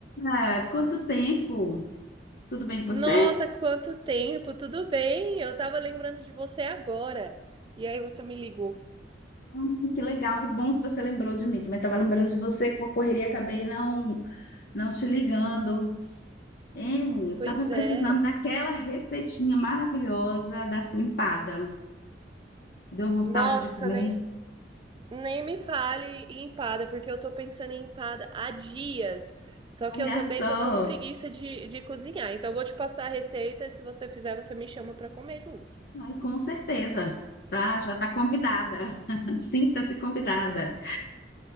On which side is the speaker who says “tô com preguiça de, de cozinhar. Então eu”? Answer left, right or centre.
Right